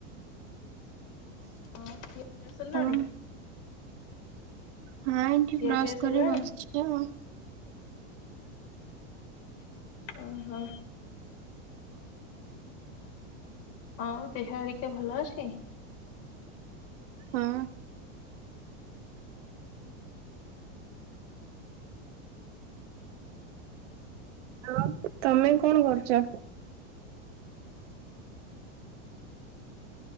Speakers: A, on the left; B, on the right.
A: ହଁ କିସଲ ଲଣି
B: ଆଉ
A: <unintelligible>
B: ହଁ ଏଠି
A: ଖିଆ
B: କ୍ରସ
A: ପିଆ ସରିଲାଣି
B: କରି ବସଛି ଆଉ।
A: ଓଃହୋ ଆଉ ଦେହ ହେରିକା ଭଲ ଅଛି?
B: ହଁ। ଆଉ ତମେ କଣ କରୁଛ?